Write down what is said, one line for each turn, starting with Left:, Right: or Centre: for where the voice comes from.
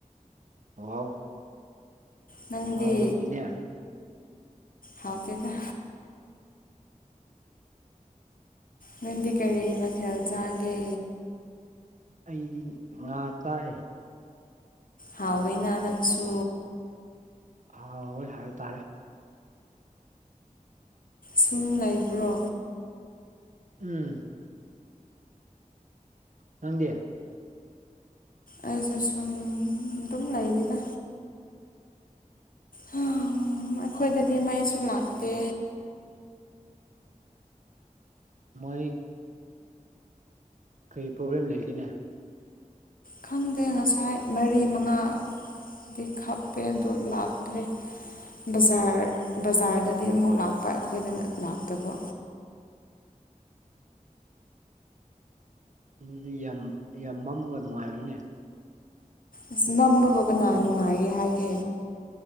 Right: <unintelligible>
Left: ꯅꯪꯗꯤ
Right: ꯍꯥꯎꯔꯝꯅꯤꯅꯦ
Left: ꯍꯥꯎꯇꯦꯗ ꯅꯪꯗꯤ ꯀꯔꯤ ꯃꯊꯦꯜ ꯆꯥꯒꯦ
Right: ꯑꯩꯗꯤ ꯉꯥ ꯆꯥꯏ
Left: ꯍꯥꯎꯋꯤꯅ ꯅꯪꯁꯨ
Right: ꯍꯥꯎꯋꯦ ꯍꯥꯏꯇꯥꯔꯦ
Left: ꯁꯨꯝ ꯂꯩꯕ꯭ꯔꯣ
Right: ꯎꯝ ꯅꯪꯗꯤ
Left: ꯑꯩꯖꯨ ꯁꯨꯝ ꯗꯨꯝ ꯂꯩꯔꯤꯗ <unintelligible> ꯑꯈꯣꯏꯗꯗꯤ ꯃꯩꯁꯨ ꯂꯥꯛꯇꯦ
Right: ꯃꯩ ꯀꯩ ꯄ꯭ꯔꯣꯕ꯭ꯂꯦꯝ ꯂꯩꯒꯦꯅꯦ
Left: ꯈꯪꯗꯦ ꯉꯁꯥꯏ ꯃꯔꯤ ꯃꯉꯥꯗꯤ ꯈꯞꯄꯦ ꯑꯗꯣ ꯂꯥꯛꯇ꯭ꯔꯦ ꯕꯖꯥꯔ ꯕꯖꯥꯔꯗꯗꯤ ꯑꯃꯨꯛ ꯂꯥꯛꯄ ꯑꯩꯈꯣꯏꯗꯅ ꯂꯥꯛꯇꯕ
Right: ꯑꯗꯨꯗꯤ ꯌꯥꯝ ꯌꯥꯝ ꯃꯝꯕ ꯅꯨꯡꯉꯥꯏꯔꯣꯏꯅꯦ
Left: ꯑꯁ ꯃꯝꯕꯕꯨ ꯀꯅꯥ ꯅꯨꯡꯉꯥꯏꯌꯦ ꯍꯥꯏꯒꯦ